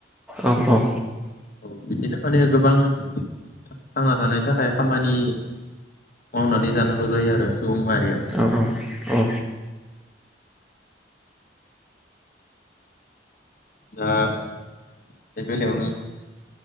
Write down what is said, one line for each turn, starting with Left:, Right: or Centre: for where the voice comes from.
Centre: औ औ
Left: औ बिदिनो माने गोबां थांना थानायनि थाखाय खामानि मावनानै जानांगौ जायो आरो सुबुं मारिया।
Centre: औ
Left: दा बे बेलायावनो